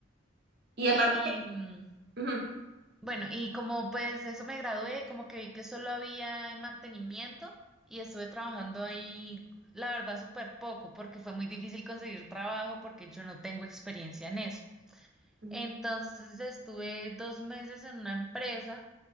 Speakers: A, on the right; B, in the centre.
A: Y aparte,
B: Sí, y mm,
A: ujú.
B: bueno, y como pues eso me gradué, como que vi que solo había en mantenimiento y estuve trabajando ahí, la verdad, súper poco, porque fue muy difícil conseguir trabajo porque yo no tengo experiencia en eso.
A: Mm,
B: Entonces estuve dos meses en una empresa